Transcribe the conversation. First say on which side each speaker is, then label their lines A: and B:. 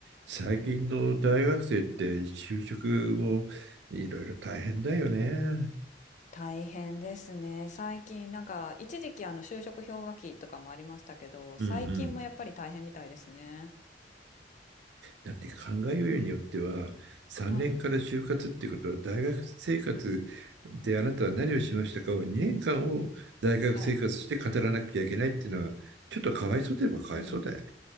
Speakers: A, on the right (about 75°); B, on the left (about 45°).
A: 最近の大学生って就職もいろいろ大変だよね。
B: うん大変ですね。最近なんか一時期あの就職氷河期とかもありましたけど、
A: うんうん。
B: 最近もやっぱり大変みたいですね。
A: だって考えようによっては3年から就活ってことは大学生活であなたは何をしましたかを2年間を大学生活して語らなきゃいけないっていうのはちょっとかわいそうといえばかわいそうだよね。
B: うんはい。はい。うんうん。